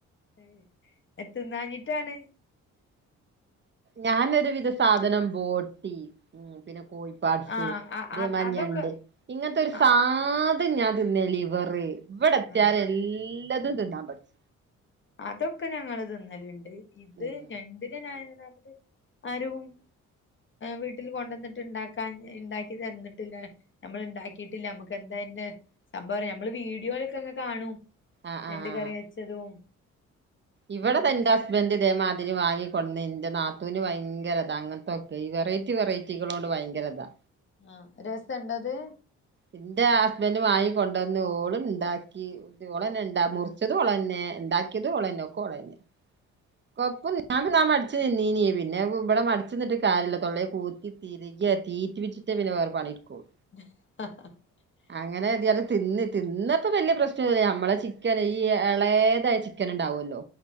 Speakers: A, on the left; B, on the right.
A: അഹ് തിന്നാഞ്ഞിട്ടാണ്
B: ഞാനരുവിധ സാധനം ബോട്ടി പിന്നെ കോഴി പാട്സ്
A: ആഹ്
B: ഇതെമാതിരിഞണ്ട്
A: ആഹ് അതൊക്കെ
B: ഇങ്ങനത്തെ ഒരു
A: ആഹ്
B: സാധന ഞാൻ തിന്നേല്യ ലിവർ ഇവിടെ എത്തിയ
A: ആഹ്
B: എല്ലാതും തിന്നാൻ പടിച്ച്
A: അതൊക്കെ ഞങ്ങള് തിന്നലുണ്ട് ഇത്
B: ഉം
A: ഞണ്ടിനനായനതാണത് ആരും വീട്ടിൽ കൊണ്ടുവന്നിട്ട് ഇണ്ടാക്കാൻ ഇണ്ടാക്കി തന്നിട്ടില്ല നമ്മൾ ഉണ്ടാക്കിട്ടില്ല നമ്മുക്ക് എന്താന്റെ സംഭവം നമ്മള് വീഡിയോയിലൊക്കെ ഇങ്ങനെ കാണും
B: ആഹ്
A: ഞണ്ട്
B: ആഹ്
A: കറി വെച്ചതും
B: ഇവിടെ
A: നല്ല
B: താ എന്റെ
A: രസ
B: ഹസ്ബന്റ് ഇതേ മാ തിരി വാങ്ങിക്കൊണ്ട്ന്നീന് എന്റെ നാത്തൂന് ഭയങ്കരതാ അങ്ങനത്തെൊക്കെ ഈ വെറൈറ്റി വെറൈറ്റികളോണ്ട് ഭയങ്കരതാ
A: ആഹ രസണ്ട അത്
B: എന്റെ ഹസ്ബന്റ് വാങ്ങി കൊണ്ടുവന്ന് ഓളും ഇണ്ടാക്കി ഓളെന്നെ ഇണ്ടാ മുറിച്ചത് ഓളെന്നെ ഉണ്ടാക്കിയത് ഒള്ളന്നെ ഒക്കെളെന്നെ കൊപ്പല്യ ഞാൻ മടിച്ച് നിന്നീനി പിന്നെ ഇവിടെ മടിച്ച് നിന്നിട്ട് കാര്യല്ല തൊള്ളാല് കൂതി തി കി തീറ്റ്ച്ചിട്ടേ പിന്നെ വേറെ പണിടുക്കളു
A: <unintelligible>
B: അങ്ങനെതെയാലും തിന്ന് തിന്നപ്പോ വലിയ പ്രശ്നന്നുല്ല്യ നമ്മളെ ചിക്കന് ഈ ഏളേതായ ചിക്കൻ ഉണ്ടാവുമല്ലോ